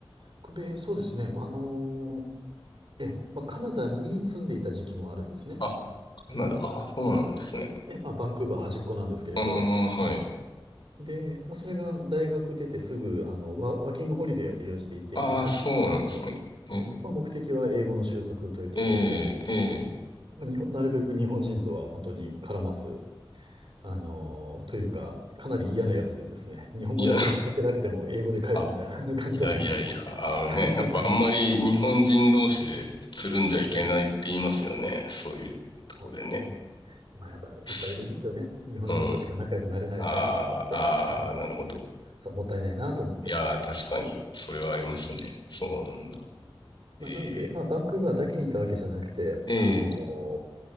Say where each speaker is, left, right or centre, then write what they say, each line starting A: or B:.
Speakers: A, on the right (about 60°); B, on the left (about 55°).
A: 北米、そうですね。あのーええ、まあ、カナダに住んでいた時期もあるんですね。
B: あ、カナダ。ああ、そうなんですね。
A: はい。で、まあ、バンクーバー端っこなんですけれど。
B: うーん、はい。
A: で、まあ、それが大学出てすぐ、あの、ワ、ワーキングホリデーを利用して行って、
B: ああ、
A: 行ってきたんですけれど、
B: そうなんですね。え
A: まあ、目的は英語の習得というところで、
B: ー、えー、えー
A: まあ、日本なるべく日本人とは本当に絡まず、あの、というか、かなり嫌なやつでですね、日本語で話しかけられても英語で返すみたいな
B: いや、<laughs> あ、
A: <laughs> 感じだったんですよ。
B: いやいやいや、あのね、
A: <laughs>
B: やっぱあんまり日本人同士でつるんじゃいけないって言いますよね。
A: そうそうそう。そう
B: そういうとこでね。
A: そう。もう、まあやっぱいっぱいいるんですよね。
B: す、
A: 日本人としか仲良くなれないタイプの人って。
B: うん。ああ、ああ、
A: うん。
B: なるほど。
A: そう、もったいないなと思って。
B: いやー、確かに、それはありますね。そうなんだ。え
A: まあなので、まあバンクーバーだけにいたわけじゃなくて、
B: ー、え
A: あの